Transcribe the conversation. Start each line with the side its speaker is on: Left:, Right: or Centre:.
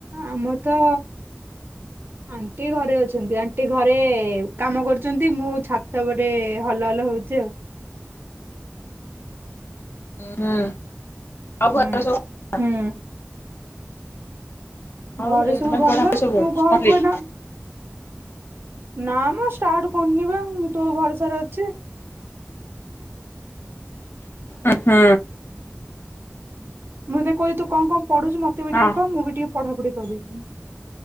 Right: ଆମର ତ ଆଣ୍ଟି ଘରେ ଅଛନ୍ତି, ଆଣ୍ଟି ଘରେ କାମ କରୁଚନ୍ତି। ମୁଁ ଛାତ ଉପରେ ହଲ ହଲ ହଉ ଚି ଆଉ।
Left: ହୁଁ ଆଉ
Right: ହୁଁ।
Left: ଘରେ ସବୁ
Right: ହୁଁ
Left: <unintelligible> ଆଉ
Right: ଘରେ
Left: ଏକ୍ଜାମ
Right: ସବୁ ଭଲ,
Left: ପଢାପଢି ସବୁ
Right: ତୁ ଘରକୁୁ
Left: କମ୍ପ୍ଲିଟ୍?
Right: ଏଇନା ନା ମ ଷ୍ଟାର୍ଟ କରିନି ବା, ମୁଁ ତୋ ଭରସାରେ ଅଛି।
Left: ଉ ହୁଁ
Right: ମୁଁ ଏବେ କହିବି ତୁ କଣ କଣ ପଢୁଚୁ ମତେ ବି
Left: ହଁ
Right: ଟିକେ କହ ମୁଁ ବି ଟିକେ ପଢାପଢି କରିବି।